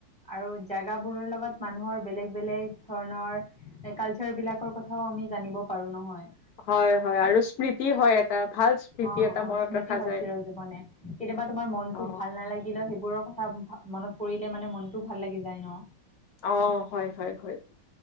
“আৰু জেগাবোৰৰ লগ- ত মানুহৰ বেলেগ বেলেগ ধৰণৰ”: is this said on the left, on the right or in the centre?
Centre